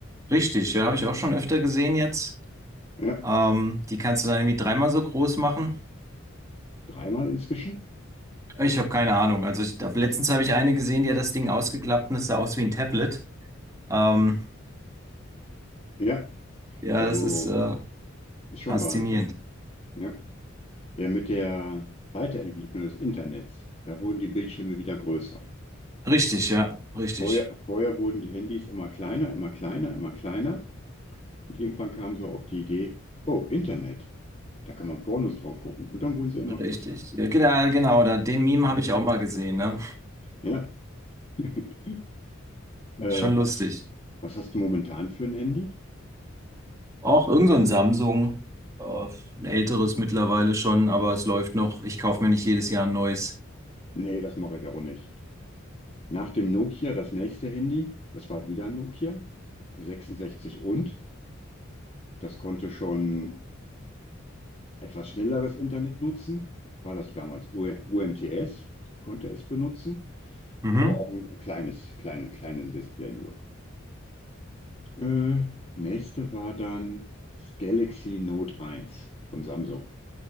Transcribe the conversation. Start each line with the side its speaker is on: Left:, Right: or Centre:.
Right: Richtig, ja, habe ich auch schon öfter gesehen jetzt.
Left: Ja,
Right: Ähm, die kannst du dann irgendwie dreimal so groß machen.
Left: dreimal inzwischen?
Right: Ich habe keine Ahnung. Also ich, da- letztens habe ich eine gesehen, die hat das Ding ausgeklappt und es sah aus wie ein Tablet. Ähm,
Left: Ja,
Right: ja,
Left: also
Right: das ist äh,
Left: ist schon
Right: faszinierend.
Left: Wahnsinn. Ja. Ja, mit der Weiterentwicklung des Internets, da wurden die Bildschirme wieder größer.
Right: Richtig, ja, richtig,
Left: Vorher, vorher wurden die Handys immer kleiner, immer kleiner, immer kleiner. Und irgendwann kam so auf die Idee, oh, Internet, da kann man Pornos drauf gucken. Und dann wurden sie immer
Right: richtig.
Left: größer.
Right: Ja, genau, genau, da, den Meme habe ich auch mal gesehen, ne?
Left: Ja. <laughs> Äh,
Right: Schon
Left: was,
Right: lustig.
Left: was hast du momentan für ein Handy?
Right: Auch irgend so ein Samsung, äh, ein älteres mittlerweile schon, aber es läuft noch. Ich kaufe mir nicht jedes Jahr ein neues.
Left: Nee, das mache ich auch nicht. Nach dem Nokia, das nächste Handy, das war wieder ein Nokia, 66 und. Das konnte schon etwas schnelleres Internet nutzen. Das war das damals U- UMTS, konnte es benutzen,
Right: Mhm.
Left: aber auch ein kleines, kleines, kleines Display nur. Äh, nächste war dann das Galaxy Note eins von Samsung.